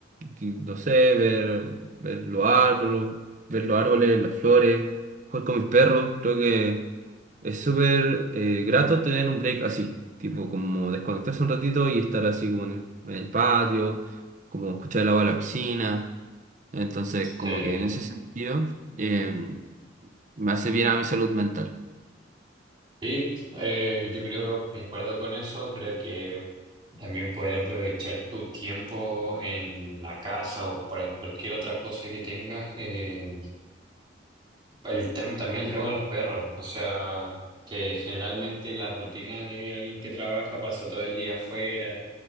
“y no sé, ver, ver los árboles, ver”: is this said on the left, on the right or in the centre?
Right